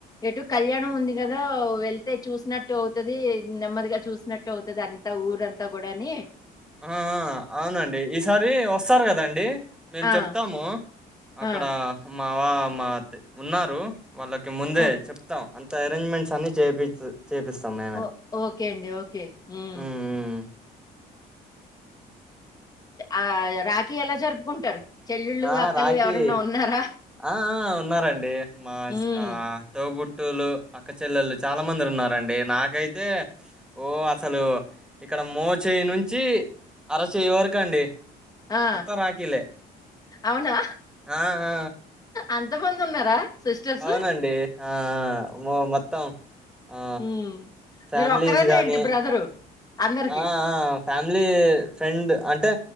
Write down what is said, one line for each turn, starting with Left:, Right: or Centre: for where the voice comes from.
Left: ఎటు కళ్యాణం ఉంది కదా వెళ్తే చూసినట్టు అవుతుది నెమ్మదిగా చూసినట్టు అవుతుది అంత ఊరు అంతా కూడా అని
Centre: ఆ అవునండి ఈసారి వస్తారు కదండి మేము
Left: ఆ!
Centre: చెప్తాము
Left: ఆ!
Centre: అక్కడ మావా మా ఉన్నారు వాళ్ళకి ముందే
Left: ఓ
Centre: చెప్తాం అంత అరేంజ్మెంట్స్ అన్ని చేయిచ్చ చేపిస్తాం మేమే
Left: ఓ ఓకే అండి. ఓకే. హ్మ్.
Centre: ఉమ్
Left: ఆ రాఖీ ఎలా జరుపుకుంటారు చెల్లుళ్ళు,
Centre: ఆ
Left: అక్కలు
Centre: రాఖీ
Left: ఎవరన్నా ఉన్నారా?
Centre: ఆ ఆ ఉన్నారండి మా
Left: హ్మ్.
Centre: ఆ తోబుట్ బుట్టులు అక్క చెల్లెలు చాలా మంది ఉన్నరండి నాకైతే ఓ అసలు ఇ ఇక్కడ మోచ్యి నుంచి అరచెయ్యి వరకు అండి
Left: ఆ!
Centre: మొత్తం రాకీలే
Left: అవునా?
Centre: ఆ ఆ
Left: అంతమందున్నారా సిస్టర్సు?
Centre: అవునండి ఆ ఆ మొ మొత్తం ఆ
Left: హ్మ్.
Centre: ఫ్యామిలీస్
Left: మీరొక్కరేనా
Centre: గానీ
Left: ఏంటి బ్రదరు అందరికి?
Centre: ఆ ఆ ఫ్యామిలీ ఫ్రెండ్ అంటే